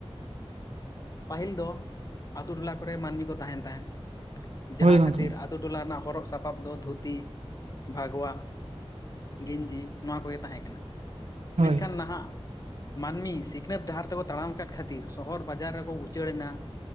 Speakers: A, on the left (about 35°); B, on the right (about 80°).
A: ᱯᱟᱹᱦᱤᱞ ᱫᱚ ᱟᱛᱳ ᱴᱚᱞᱟ ᱠᱚᱨᱮ ᱢᱟᱹᱱᱢᱤ ᱠᱚ ᱛᱟᱦᱮᱱ ᱛᱟᱦᱮᱸᱫ ᱡᱟᱦᱟᱸ
B: ᱦᱳᱭ ᱜᱚᱝᱠᱮ
A: ᱠᱷᱟᱹᱛᱤᱨ ᱟᱛᱳ ᱴᱚᱞᱟ ᱨᱮᱱᱟᱜ ᱦᱚᱨᱚᱜ ᱥᱟᱯᱟᱵ ᱫᱚ ᱫᱷᱩᱛᱤ ᱵᱷᱟᱜᱽᱣᱟ ᱜᱮᱧᱡᱤ ᱱᱚᱣᱟ ᱠᱚᱜᱮ ᱛᱟᱦᱮᱸ ᱠᱟᱱᱟ ᱢᱮᱱᱠᱷᱟᱱ
B: ᱦᱳᱭ
A: ᱱᱟᱦᱟᱜ ᱢᱟᱹᱱᱢᱤ ᱥᱤᱠᱷᱱᱟᱹᱛ ᱰᱟᱦᱟᱨ ᱛᱮᱠᱚ ᱛᱟᱲᱟᱢ ᱟᱠᱟᱫ ᱠᱷᱟᱹᱛᱤᱨ ᱥᱚᱦᱚᱨ ᱵᱟᱡᱟᱨ ᱨᱮ ᱠᱚ ᱩᱪᱟᱹᱲ ᱮᱱᱟ